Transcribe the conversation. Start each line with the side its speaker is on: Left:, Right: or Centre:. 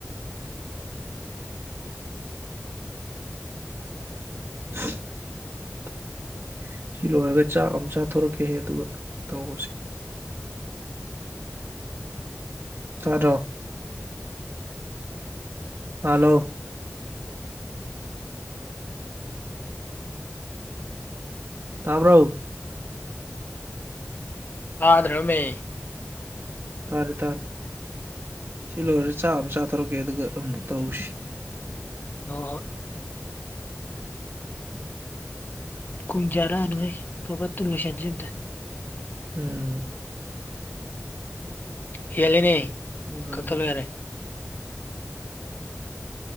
Right: <unintelligible> ꯁꯤ ꯂꯣꯏꯔꯒ ꯆꯥꯛ ꯑꯝ ꯆꯥꯊꯣꯔꯛꯀꯦꯍꯦ ꯑꯗꯨꯒ ꯇꯧꯔꯁꯤ ꯇꯗ꯭ꯔꯣ ꯍꯜꯂꯣ ꯇꯥꯕ꯭ꯔꯣ
Left: ꯇꯥꯗ꯭ꯔꯥꯃꯦ
Right: ꯇꯥꯔꯦ ꯇꯥꯔꯦ ꯁꯤꯂꯣꯏꯔ ꯆꯥꯛ ꯑꯝ ꯆꯥꯊꯣꯔꯛꯀꯦ ꯑꯗꯨꯒ ꯑꯃꯨꯛ ꯇꯧꯁꯤ
Left: ꯍꯣ ꯍꯣꯏ ꯀꯨꯝ ꯖꯔꯥꯗ ꯂꯩ ꯐꯕꯠ ꯂꯣꯏꯁꯤꯟꯖꯤ ꯑꯝꯇ
Right: ꯎꯝ
Left: ꯍꯦꯜꯂꯦꯅꯦ
Right: ꯂꯣꯏ
Left: ꯀꯛꯊꯠ
Right: ꯂꯣꯏ
Left: ꯂꯣ ꯌꯥꯔꯦ